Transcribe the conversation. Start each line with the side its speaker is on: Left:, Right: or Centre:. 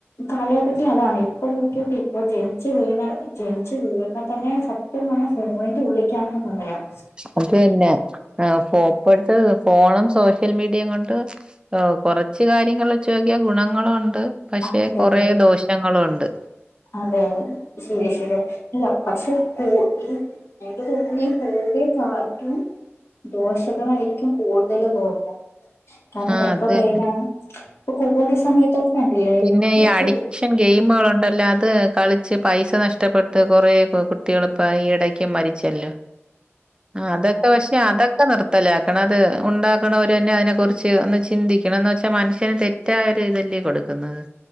Left: കാലഘട്ടത്തിൽ അതാണ് ഇപ്പൊ നോക്കിട്ടി ഇപ്പൊ ജനിച്ചു വീണ ജനിച്ചു വീഴുണ തന്നെ സത്യം പറഞ്ഞാ ഫോണിന്റുള്ളിക്കാന്ന് പറയാം
Right: അത് തന്നെ ആ ഫോപ്പട്ട് ഫോണും സോഷ്യൽ മീഡിയയും കൊണ്ട് ഓ കൊറച്ച് കാര്യങ്ങൾ വച്ച് നോക്കിയാ ഗുണങ്ങളുമുണ്ട് പക്ഷെ
Left: അതെ
Right: കൊറെ ദോഷങ്ങളുമുണ്ട്
Left: അതെ അതെ ശരിയാ ശരിയാ അല്ല പക്ഷെ കു ഈ എനിക്ക് തോന്നുന്നേ ഈ കൂടെ കാർട്ടൂൺ ദോഷങ്ങളായിരിക്കും കൂടുതല് തോന്നും. കാര്ണം
Right: ആഹ്
Left: എത്ര
Right: അത്
Left: പേരാണ്
Right: തന്നെ.
Left: ഇപ്പൊ കുടോടി സമയത്തൊക്കെ കണ്ടില്ലേ.
Right: പിന്നെ ഈ
Left: എത്ര
Right: അഡിക്ഷൻ ഗെയിമുകളുണ്ടല്ലോ അത് കളിച്ച് പൈസ നഷ്ടപ്പെട്ട് കൊറേ കുട്ട്. ട്ടികള് ഇപ്പ ഈടക്ക് മരിച്ചല്ലോ ആ അതൊക്കെ പക്ഷെ അതൊക്കെ നിർത് ത്തലാക്കണം അത് ഉണ്ടാക്ക്ണോരന്നെ അതിനെക്കുറിച്ച് ഒന്ന് ചിന്തിക്കണം എന്ന് വെച്ചാ മനുഷ്യന് തെറ്റായ ഒരു ഇതല്ലേ കൊടുക്. ക്ക്ന്നത്ത്